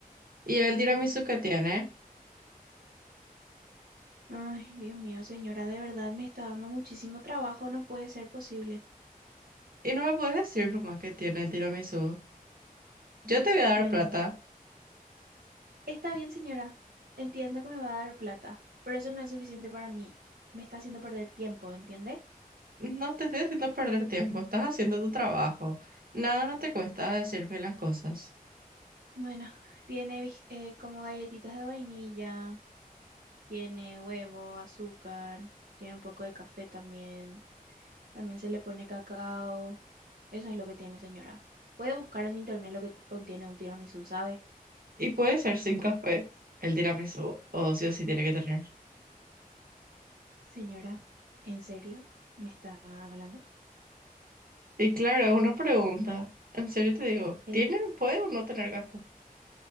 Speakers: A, on the right; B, on the right.
A: ¿Y el tiramisú que tiene?
B: Ay, Dios mío, señora, de verdad me está dando muchísimo trabajo, no puede ser posible.
A: Y no me puedes decir nomás que tiene el tiramisú. Yo te voy a dar
B: Tiene...
A: plata.
B: un- Está bien, señora, entiendo que me va a dar plata, pero eso no es suficiente para mí. Me está haciendo perder tiempo, ¿entiende?
A: No te estoy haciendo perder tiempo, estás haciendo tu trabajo. Nada, no te cuesta decirme las cosas.
B: Bueno, tiene bis- eh, como galletitas de vainilla. Tiene huevo, azúcar, tiene un poco de café también. También se le pone cacao. Eso es lo que tiene, señora. Puede buscar en internet lo que contiene un tiramisú, ¿sabe?
A: Y puede ser sin café. El tiramisú, o sí o sí tiene que tener.
B: Señora, ¿en serio me está hablando?
A: Y claro, uno pregunta. En serio te digo,
B: El...
A: ¿tiene, puede o no tener café?